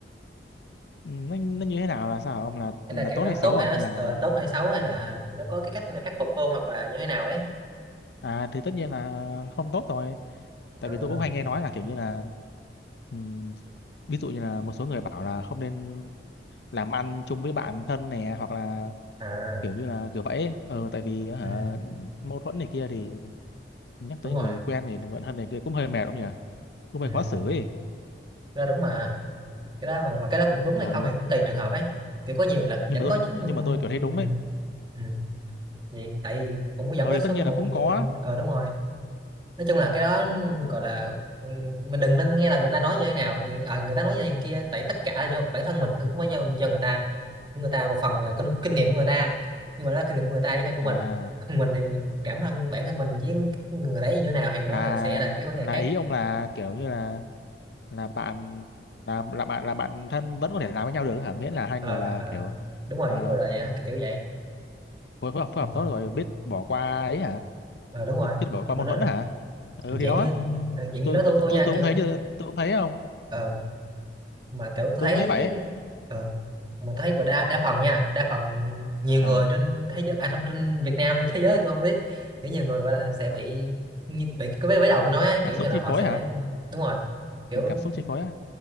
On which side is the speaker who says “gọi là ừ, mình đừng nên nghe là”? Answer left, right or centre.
Right